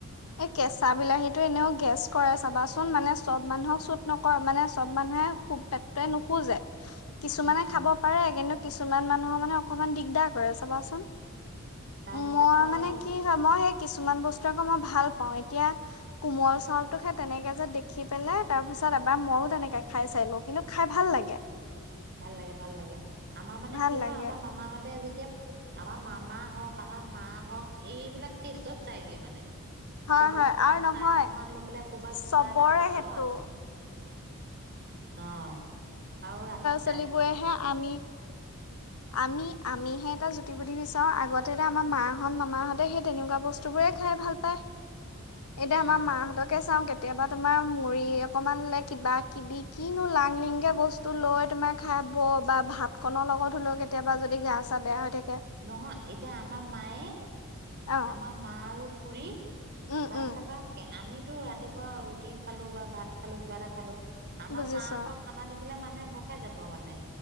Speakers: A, on the left; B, on the right.
A: এই কেঁচা বিলাহীতটো এনেও গেছ কৰে, চাবাচোন মানে চব মানুহক চুট নকৰ মানে চব মানুহে খুব পেটটোৱে নুখোজে। কিছুমানে
B: উম
A: খাব পাৰে কিন্তু। কিছুমান মানুহৰ মানে অকমান দিগদাৰ কৰে চাবাচোন।
B: তাৰপিছত
A: মই
B: আৰু
A: মানে কি হয় মই সেই কিছুমান বস্তু আকৌ ভা। ভাল পাওঁ। এতিয়া কোমল চাউলটো যে দেখি পেলাই তাৰ পিছত এবাৰ মইও তেনেকে খাই চাই লো কিন্তু খাই ভাল লাগে।
B: ভাল লাগে ভাল লাগে। আমাৰ মানে
A: ভাল
B: কি
A: লাগে
B: হয় আমাৰ মামাহঁতে যেতিয়া। আমাৰ মামা হওক আমাৰ মা হওক এইবিলাক টেষ্টত যাইগে মানে।
A: হয়,
B: কৰবাত
A: হয়
B: কিবা
A: আৰু
B: আচাৰ
A: নহয়
B: অকমান লৈ পেলাই কৰবাত কিবা
A: চবৰে
B: এটা ক
A: সেইটো
B: আৰু। অ'হ আৰু ৰাতি
A: ছোৱালী বোৰেহে আমি আমি আমিহে এটা। বিচাৰো আগতে আমাৰ মাহঁত মামাহঁতে সেই তেনেকুৱা বস্তু বোৰে খাই ভাল পায় এতিয়া
B: উম
A: আমাৰ মাহঁতকে চাওঁ কে কেতিয়াবা তোমাৰ মুৰি অকমানলে কিবা কিবি কিনো লাংলিংকে বস্তু লৈ তোমাৰ খাব বা ভাত কনৰ লগত হ'লেও কেতিয়াবা যদি গা চা বেয়া হৈ থাক
B: নহয় এতিয়া আমাৰ মায়ে
A: অ
B: আমাৰ মা আৰু খুৰী
A: উম
B: তাৰপিছত
A: উম
B: বা আমি টো ৰাতিপুৱা ৰুটি খালো বা ভাত খালো কিবা এটা খালো আমাৰ
A: বুজিছো
B: মাহঁতৰ খানা দেখি দেখিলে মানুহে ভয় খাই যাব মানে